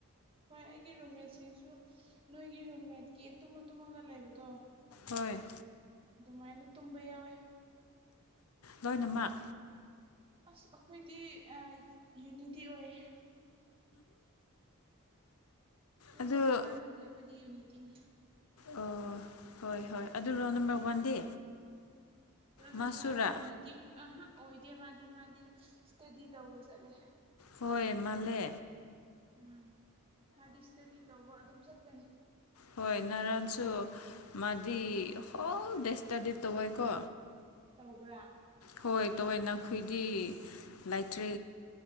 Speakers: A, on the right; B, on the left.
A: ꯍꯣꯏ ꯑꯩꯒꯤ ꯔꯨꯝꯃꯦꯠꯁꯤꯡꯁꯨ ꯅꯣꯏꯒꯤ ꯔꯨꯝꯃꯦꯠꯀꯤ ꯇꯨꯝ ꯇꯨꯝꯃꯒ ꯂꯩꯕꯗꯣ
B: ꯍꯣꯏ
A: ꯑꯗꯨꯃꯥꯏꯅ ꯇꯨꯝꯕ ꯌꯥꯎꯋꯦ
B: ꯂꯣꯏꯅꯃꯛ
A: ꯑꯁ ꯑꯈꯣꯏꯗꯤ ꯑꯥ ꯌꯨꯅꯤꯇꯤ ꯑꯣꯏ ꯇꯨꯝꯕ
B: ꯑꯗꯨ
A: ꯃꯇꯥꯡꯗꯗꯤ ꯑꯩꯈꯣꯏꯗꯤ ꯌꯨꯅꯤꯇꯤꯅꯦ
B: ꯑꯣ ꯍꯣꯏ ꯍꯣꯏ ꯑꯗꯨ ꯔꯣ ꯅꯝꯕꯔ ꯋꯥꯟꯗꯤ
A: ꯑꯗꯨ ꯅꯝꯕꯔ
B: ꯃꯥꯁꯨꯔꯥ
A: ꯋꯥꯟꯗꯤ ꯌꯨꯅꯤꯇꯤ ꯑꯍ ꯑꯣꯏꯗꯦ ꯃꯥꯗꯤ ꯃꯥꯗꯤ ꯏꯁꯇꯗꯤ ꯇꯧꯕ ꯆꯠꯂꯦ
B: ꯍꯣꯏ ꯃꯥꯂꯦ
A: ꯎꯝ ꯃꯥꯗꯤ ꯏꯁꯇꯗꯤ ꯇꯧꯕ ꯑꯗꯨꯝ ꯆꯠꯀꯅꯤ
B: ꯍꯣꯏ ꯅꯔꯥꯟꯁꯨ ꯃꯥꯗꯤ ꯍꯣ ꯗꯦ ꯁꯇꯥꯗꯤ ꯇꯧꯏꯀꯣ
A: ꯇꯧꯕ꯭ꯔꯥ
B: ꯍꯣꯏ ꯇꯧꯋꯦ ꯅꯈꯣꯏꯗꯤ ꯂꯥꯏꯇ꯭ꯔꯦ